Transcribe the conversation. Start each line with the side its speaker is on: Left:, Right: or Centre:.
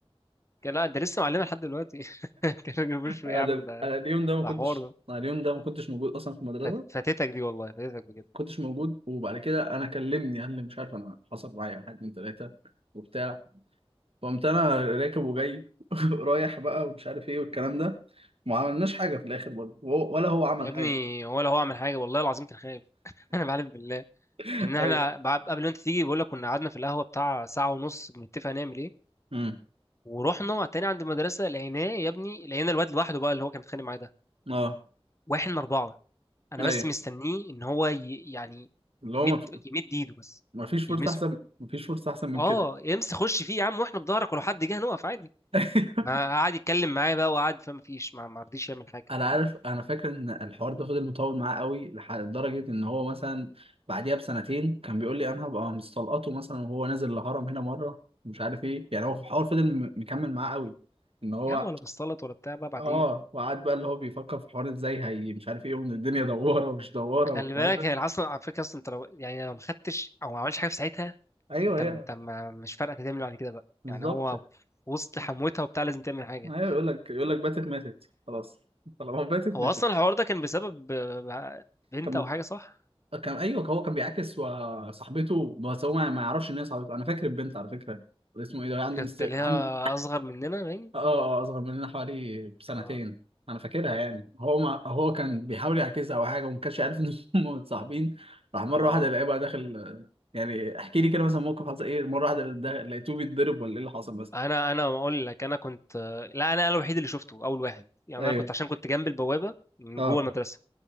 Left: كان لا ده لسه معلمه لحد دلوقتي <laughs> كان بيقول
Right: انا
Left: يا عم ده
Right: انا اليوم ده
Left: ده
Right: ما كنتش
Left: حوار ده
Right: أنا اليوم ده ما كنتش موجود اصلا في المدرسه
Left: فات-
Right: ما
Left: فاتتك دي والله فاتتك بجد
Right: كنتش موجود وبعد كده انا كلمني قال لي مش عارف انا حصل معايا واحد اتنين تلاته وبتاع فقمت انا راكب وجاي <laughs> رايح بقى ومش عارف ايه والكلام ده ما عملناش حاجه في الاخر برضه وهو- ولا هو عمل
Left: يا ابني
Right: حاجه
Left: هو لو هو عمل حاجه والله العظيم كان خايف <laughs> انا بعلم بالله
Right: <laughs>
Left: ان احنا
Right: ايوه
Left: بعد- قبل ما انت تيجي بقول لك كنا قعدنا في القهوه بتاع ساعه ونص بنتفق نعمل ايه
Right: امم
Left: ورحنا تاني عند المدرسه لقيناه يا ابني لقينا الواد لوحده بقى اللي هو كان بيتخانق معاه ده
Right: اه
Left: واحد من اربعه انا
Right: ايوه
Left: بس مستنيه ان هو ي... يعني
Right: اللي
Left: يمد
Right: هو ما في-
Left: يمد ايده بس
Right: ما فيش فرصه
Left: يلمسه
Right: احسن ما فيش فرصه احسن من
Left: اه
Right: كده
Left: امسك خش فيه يا عم واحنا في ظهرك ولو حد جه هنقف عادي
Right: <laughs>
Left: ما قعد يتكلم معايا بقى وقعد فما فيش ما ما رضيش يعمل حاجه
Right: انا عارف انا فاكر ان الحوار ده فضل مطول معاه قوي لح- لدرجه ان هو مثلا بعديها بسنتين كان بيقول لي انا هبقى مستلقطه مثلا وهو نازل الهرم هنا مره مش عارف ايه يعني هو في الحوار فضل م- مكمل معاه قوي ان هو
Left: يا عم ولا بصلت ولا بتاع بقى بعد
Right: اه
Left: ايه
Right: وقعد بقى اللي هو بيفكر في حوار ازاي هي مش عارف ايه وان الدنيا دواره ومش دواره
Left: خلي
Right: والكلام
Left: بالك
Right: ده
Left: هي اصلا على فكره اصلا انت لو يعني لو ما خدتش او ما عملش حاجه في ساعتها
Right: ايوه
Left: انت
Right: ايوه
Left: انت ما مش فارقه تعمل إيه بعد كده بقى
Right: بالظبط
Left: يعني هو في وسط حموتها وبتاع لازم تعمل حاجه
Right: ايوه يقول لك يقول لك باتت ماتت خلاص طالما باتت
Left: هو
Right: ماتت
Left: اصلا الحوار ده كان بسبب آه، بنت
Right: كمل
Left: او حاجه صح
Right: كان ايوه هو كان بيعاكس و- صاحبته بس هو ما ما يعرفش ان هي صاحبته انا فاكر البنت على فكره اسمه ايه ده عندي
Left: كانت
Right: مست...
Left: اللي
Right: عندي
Left: هي اصغر مننا باين
Right: اه آه، آه، اصغر مننا حوالي بسنتين
Left: اه
Right: انا فاكرها يعني هو ما هو كان بيحاول يعكسها او حاجه وما كانش عارف ان <laughs> هم متصاحبين راح مره
Left: اه
Right: واحده الاقيه بقى داخل يعني احكي لي كده مثلا موقف حصل ايه مره واحده دا- لقيته بيتضرب ولا ايه اللي حصل مثلا
Left: انا انا اقول لك انا كنت لا انا انا الوحيد اللي شفته اول واحد يعني
Right: ايوه
Left: انا كنت عشان كنت جنب البوابه من
Right: اه
Left: جوه المدرسه